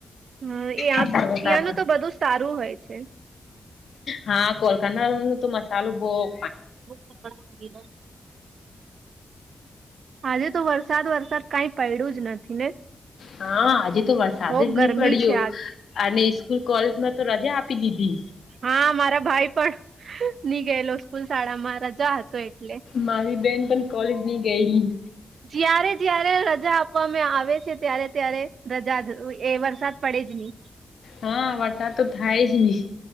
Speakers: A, on the right (about 75°); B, on the left (about 70°).
A: હમ એ
B: આતર વતાર
A: ત્યાંનું તો બધું સારું હોય છે.
B: હા કોલકનાનું તો મસાલો બોવ
A: <inaudible> આજે તો વરસાદ વરસાદ કાઈ પડ્યું જ નથી ને?
B: હા આજે તો વરસાદ
A: બહુ
B: જ નહી
A: ગરમી
B: પડ્યો,
A: છે આજ
B: અને સ્કૂલ કોલેજમાં તો રજા આપી દીધી.
A: હા મારા ભાઈ પણ ની ગયેલો સ્કૂલ, શાળામાં રજા હતો એટલે.
B: મારી બેન પણ કોલેજ ની ગયેલી.
A: જયારે જયારે રજા આપવામાં આવે છે ત્યારે ત્યારે રજા એ વરસાદ પડે જ નહી.
B: હા વરસાદ તો થાય જ નહી